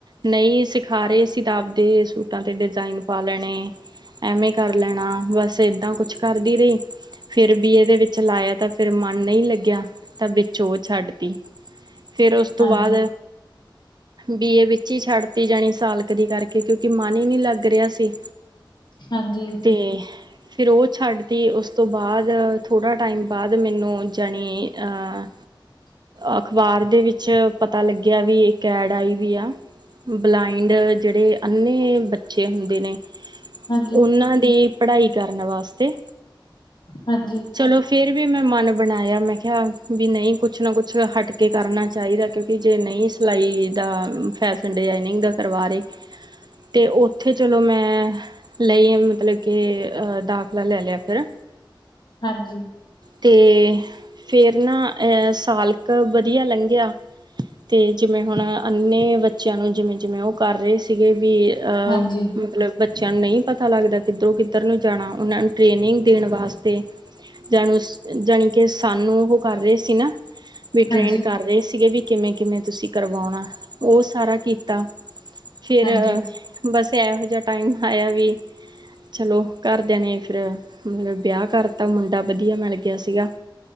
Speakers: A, on the right; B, on the left.
A: ਨ ਈ ਸਿਖਾ ਰਹੇ ਸੀ ਤਾ ਆਪਦੇ ਸੂਟਾਂ 'ਤੇ ਡਿਜ਼ਾਇਨ ਪਾ ਲੈਣੇ। ਐਵੇਂ ਕਰ ਲੈਣਾ ਬਸ ਏਦਾਂ ਕੁਛ ਕਰਦੀ ਰਹੀ। ਫਿਰ ਬੀਏ ਦੇ ਵਿੱਚ ਲਾਇਆ ਤਾਂ ਫਿਰ ਮਨ ਨਹੀਂ ਲੱਗਿਆ ਤਾਂ ਵਿੱਚ ਉਹ ਛੱਡ ਤੀ। ਫੇਰ ਸਸ ਤੋਂ
B: ਹਾਂਜੀ
A: ਬਾਅਦ ਬੀਏ ਵਿੱਚ ਹੀ ਛੱਡਤੀ ਜਾਣੀ, ਸਾਲ ਕਦੇ ਕਰਕੇ ਕਿਉਂਕਿ ਮਨ ਹੀ ਨਹੀਂ ਲੱਗ ਰਿਹਾ ਸੀ।
B: ਹਾਂਜੀ।
A: ਤੇ ਫੇਰ ਔਹ ਛੱਡ ਤੀ ਉਸ ਤੋਂ ਬਾਅਦ ਥੋੜ੍ਹਾ ਟਾਈਮ ਬਾਅਦ ਮੈਨੂੰ ਜਾਣੀ ਅਅ
B: <inaudible>
A: ਅਖਬਾਰ ਦੇ ਵਿੱਚ ਪਤਾ ਲੱਗਿਆ ਵੀ ਇਕ ਐਡ ਆਈ ਵੀ ਆ ਬਲਾਈੰਡ ਜਿਹੜੇ ਅੰਨ੍ਹੇ ਬੱਚੇ ਹੁੰਦੇ ਨੇ
B: ਹਾਂਜੀ
A: ਉਹਨਾਂ ਦੀ ਪੜ੍ਹਾਈ ਕਰਨ ਵਾਸਤੇ
B: ਹਾਂਜੀ।
A: ਚਲੋ ਫਿਰ ਵੀ ਮੈਂ ਮਨ ਬਣਾਇਆ ਮੈਂ ਕਿਹਾ ਵੀ ਨਹੀਂ ਕੁਛ ਨਾ ਕੁਛ ਹਟ ਕੇ ਕਰਨਾ ਚਾਹੀਦਾ ਕਿਉਂਕਿ ਕਿ ਜੇ ਨਹੀਂ ਸਿਲਾਈ ਦਾ ਫੈਸ਼ਨ ਡਿਜਾਇਨਿੰਗ ਦਾ ਕਰਵਾ ਰਹੇ ਤੇ ਉੱਥੇ ਚਲੋ ਮੈਂ ਲਈ ਆ ਮਤਲਬ ਕੇ ਅ ਦਾਖਲਾ ਲੈ ਲਿਆ ਫੇਰ
B: ਹਾਂਜੀ।
A: ਤੇ ਫੇਰ ਨਾ ਅਹ ਸਾਲਕ ਵਧੀਆ ਲੰਘਿਆ। ਤੇ ਜਿਵੇਂ ਹੁਣ ਅੰਨੇ ਬੱਚਿਆਂ ਨੂੰ ਜਿਵੇਂ ਜਿਵੇਂ ਔਹ ਕਰ ਰਹੇ ਸੀ ਸੀਗੇ ਬੀ ਅਹ
B: ਹਾਂਜੀ
A: ਮਤਲਬ ਬੱਚਿਆਂ ਨੂੰ ਨਹੀਂ ਪਤਾ ਲੱਗਦਾ ਕਿੱਧਰੋਂ ਕਿੱਧਰ ਉੱਧਰ ਨੂੰ ਜਾਣਾ ਔਹਨਾਂ ਨੂੰ ਟ੍ਰੇਨਿੰਗ ਦੇਣ ਵਾਸਤੇ। ਜਾਣੂ ਜਾਣੀ ਕਿ ਸਾਨੂੰ ਔਹ ਕਰ ਰਹੇ ਸੀ ਨਾ ਵੀ
B: ਹਾਂਜੀ
A: ਟ੍ਰੇਂਡ ਕਰ ਰਹੇ ਸੀਗੇ ਵੀ ਕਿਵੇਂ ਕਿਵੇਂ ਤੁਸੀਂ ਕਰਵਾਉਣਾ ਔ ਸਾਰਾ ਕੀਤਾ, ਫਿਰ
B: ਹਾਂਜੀ
A: ਬਸ ਏਹੋ ਜੇਹਾ ਟਾਈਮ ਆਇਆ ਵੀ ਚਲੋ ਘਰਦਿਆਂ ਨੇ ਫਿਰ ਮਤਲਬ ਬਿਆਹ ਕਰਤਾ ਮੁੰਡਾ ਵਧੀਆ ਮਿਲ ਗਿਆ ਸੀਗਾ।